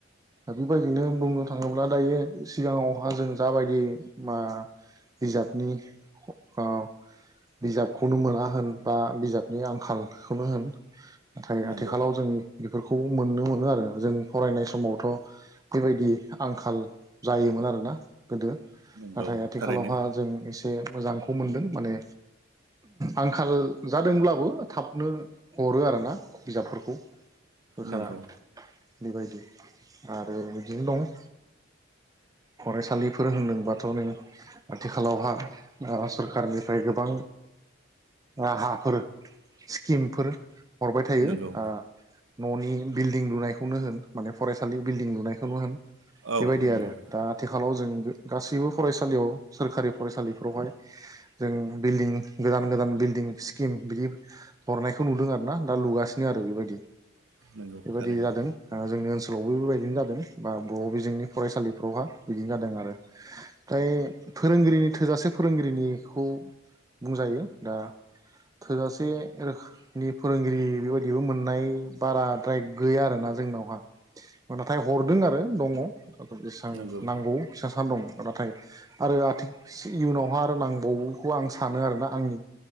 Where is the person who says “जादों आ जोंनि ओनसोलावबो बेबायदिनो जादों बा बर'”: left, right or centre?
Right